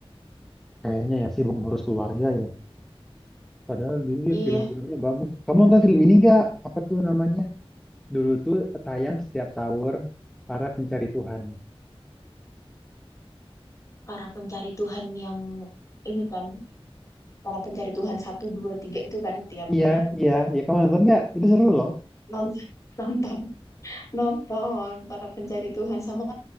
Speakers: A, in the centre; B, on the left.
A: Kayaknya ya sibuk ngurus keluarga ya. Padahal dulu dia
B: Iya,
A: film-filmnya bagus. Kamu nonton film ini gak Apa tuh namanya? Dulu tuh tayang setiap sahur para pencari Tuhan.
B: para pencari Tuhan yang ini kan, para pencari Tuhan satu dua tiga itu kan tiap
A: Iya,
B: ini
A: iya, iya. Kamu nonton nggak? Itu seru loh.
B: nonton <laughs> nonton nonton para pencari Tuhan sama